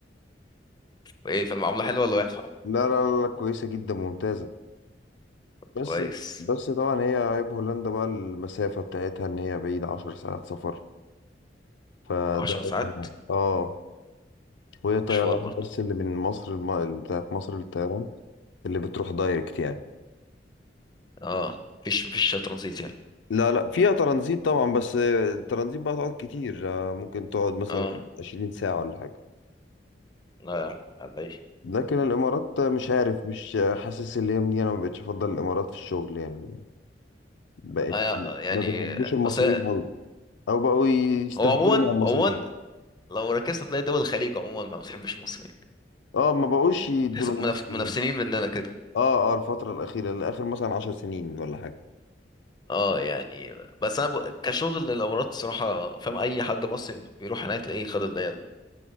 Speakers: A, on the left; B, on the left.
A: ايه في المعامله حلوه ولا وحشه
B: لا لا لا كويسة جدا ممتازة بس
A: كويس
B: بس طبعا هي عيب هولندا بقى المسافة بتاعتها ان هي بعيدة عشر ساعات سفر فده
A: عشر ساعات
B: عيب طبعاً. اه وهي طيران
A: مشوار برضه
B: بس اللي من مصر الم... بتاعت مصر للطيران اللي بتروح دايركت يعني
A: اه مفيش مفيش ترانزيت يعني
B: لا لا فيها ترانزيت طبعا بس الترانزيت بقى تقعد كتير آه، ممكن تقعد مثلا
A: اه
B: 20 ساعة ولا حاجة
A: لا يا عم، على ايه
B: لكن الامارات مش عارف مش حاسس اللي هي مني انا ما بقتش افضل الامارات في الشغل يعني بقت
A: آه يعني
B: ما بيحبوش المصريين
A: بس هي-
B: قوي او بقوا يستهبلوا
A: هو عموما
B: مع المصريين
A: عموما لو ركزت هتلاقي دول الخليج عموما ما بتحبش المصريين
B: اه ما بقوش يدوا
A: تحس منف-
B: المصريين
A: منافسين مننا كده
B: اه اه الفتره الاخيره الاخر مثلا عشر سنين ولا حاجه
A: اه يعني بس انا ب... كشغل الامارات الصراحه فاهم اي حد مصري بيروح هناك تلاقيه خد اللي هي